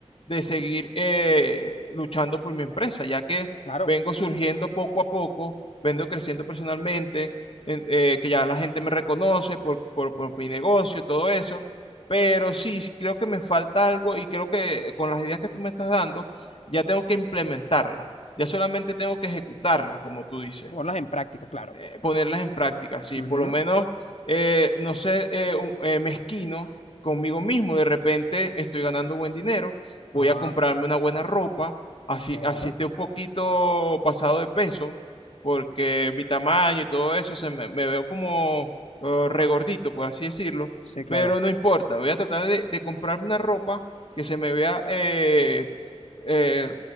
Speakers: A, on the left; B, on the left.
A: de seguir eh, luchando por mi empresa, ya que
B: Claro,
A: vengo surgiendo poco a poco, vengo creciendo personalmente, en- eh, que ya la gente me reconoce por, por, por mi negocio, todo eso, pero sí, sí creo que me falta algo y creo que con las ideas que tú me estás dando, ya tengo que implementarlas, ya solamente tengo que ejecutarlas, como tú dices
B: ponlas en práctica, claro.
A: eh, ponerlas en práctica, ¿sí?
B: Ujú,
A: Por lo menos eh, no ser eh, un- eh, mezquino conmigo mismo. De repente estoy ganando buen dinero, voy
B: Ajá,
A: a comprarme una buena ropa, así,
B: claro.
A: así esté un poquito pasado de peso, porque mi tamaño y todo eso, se me, me veo como eh, regordito, por así decirlo,
B: Sí, claro.
A: pero no importa, voy a tratar de, de comprarme una ropa que se me vea, eh, eh,